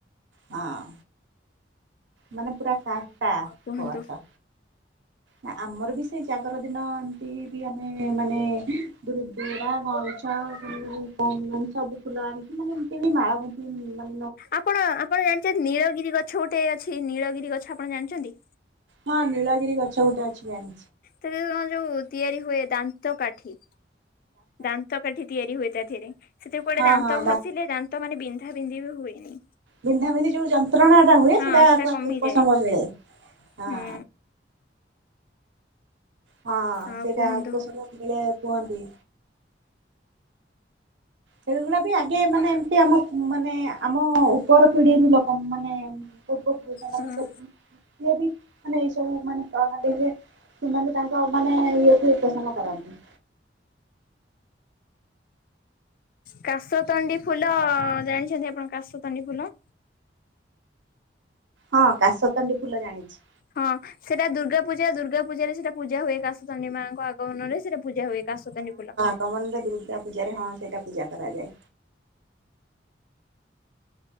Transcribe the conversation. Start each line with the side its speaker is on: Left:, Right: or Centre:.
Right: ହଁ। ମାନେ ପୁରା କାସ୍ଟା
Left: ଆଉ କୁହନ୍ତୁ
Right: ଉପବାସ। ନା ଆମର ବି ସେଇ ଜାଗର ଦିନ ଏମିତି ବି ଆମେ ମାନେ ଦୁରୁରା, ଗଇଁ <unintelligible> ସବୁ ଫୁଲ ଏମିତି ମାନେ ଏମିତି ବି ମାଳ ଗୁନ୍ଥିକି ନି ମା
Left: ଆପଣ, ଆପଣ ଜାଣିଛନ୍ତି ନୀଳଗିରି ଗଛ ଗୋଟେ ଅଛି ନୀଳଗିରି ଗଛ ଆପଣ ଜାଣିଛନ୍ତି?
Right: ହଁ ନୀଳଗିରି ଗଛ ଗୋଟେ ଅଛି ଜାଣି
Left: ତାର କ ଯୋଉ ତିଆରି ହୁଏ ଦାନ୍ତ କାଠି। ଦାନ୍ତ କାଠି ତିଆରି ହୁଏ ତା ଧେରେ ସେଥିରୁ କୁଆଡେ
Right: ହଁ
Left: ଦାନ୍ତ
Right: ହଁ
Left: ଘସିଲେ ଦା ଦାନ୍ତ ମାନେ ବିନ୍ଧା ବିନ୍ଧି ବି ହୁଏନି।
Right: ବିନ୍ଧା ବିିନ୍ଧି ଯୋଉ ଯନ୍ତ୍ରଣା ଟା ହୁଏ।
Left: ହଁ
Right: ସେଟା ଆକୁ
Left: କମିଯାଏ।
Right: ଆକୁ ଉପଶମ ମିଳେ। ହଁ।
Left: ହୁଁ
Right: ହଁ
Left: ଆଉ
Right: ସେଇଟା
Left: କୁହନ୍ତୁ
Right: ଉପଶମ ମିଳେ କୁହନ୍ତି। ସେଗୁଡା ବି ଆଗେ ମାନେ ଏମିତି ଆମ ଉଁ ମାନେ ଆମ ଉପର ପିଢିରୁ ଲୋକ ମାନେ। ପୂର୍ବ ପୁରୁଷ ମାନେ
Left: ହଁ
Right: ସେ ଉଁ ସିଏ ବି ମାନେ ଏଇ ସବୁ ମାନେ ପ୍ରଣାଳୀରେ। ସେମାନେ ତାଙ୍କ ମାନେ ଇଏଠି ପସନ୍ଦ କରନ୍ତି।
Left: କାଶତଣ୍ଡି ଫୁଲ ଜାଣିଛନ୍ତି ଆପଣ କାଶତଣ୍ଡି ଫୁଲ?
Right: ହଁ କାଶତଣ୍ଡି ଫୁଲ ଜାଣିଛି।
Left: ହଁ ସେଇଟା ଦୁର୍ଗାପୂଜା ଦୁର୍ଗା ପୂଜାରେ ସେଟା ପୂଜା ହୁଏ କାଶତଣ୍ଡୀ ମାଆଙ୍କ ଆଗମନରେ ସେଟା ପୂଜା ହୁଏ କାଶତଣ୍ଡୀ ଫୁଲ।
Right: ପ୍ରବନ୍ଧ ଦୁର୍ଗା ପୂଜାରେ ହଁ ସେଇଟା ପୂଜା କରାଯାଏ।